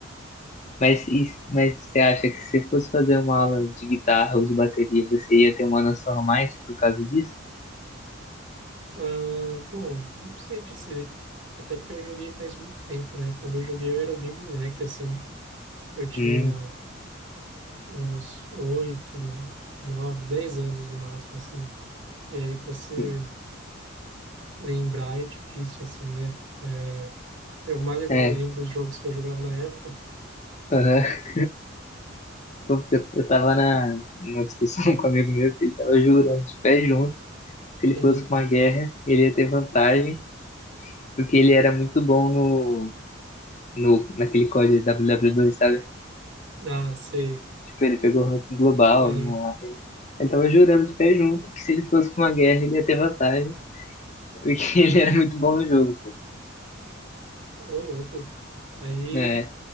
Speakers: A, on the left (about 35°); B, on the right (about 65°).
A: Mas, e- mas você acha que se você fosse fazer uma aula de guitarra ou de bateria, você ia ter uma noção a mais por causa disso?
B: Ah, bom, não sei dizer. Até porque eu joguei faz muito tempo, né? Quando eu joguei eu era bem moleque, assim. Eu tinha
A: Hum,
B: uns oito, nove, dez anos no máximo, assim. E aí, para se
A: sim.
B: lembrar é difícil, assim, né? É, eu mal e
A: É.
B: mal lembro os jogos que eu jogava na época.
A: aham. Porque eu eu tava na, numa discussão <laughs> com um amigo meu que ele tava jurando de pé junto que se ele
B: Uhum.
A: fosse pra uma guerra, ele ia ter vantagem, porque ele era muito bom no, no, naquele código W W dois sabe?
B: Ah, sei.
A: Tipo, ele pegou o ranking global
B: Aham.
A: no online. Ele tava jurando de pé junto que se ele fosse pra uma guerra, ele ia ter vantagem, porque <laughs> ele era muito bom no jogo, pô.
B: Ô, louco. Aí,
A: né?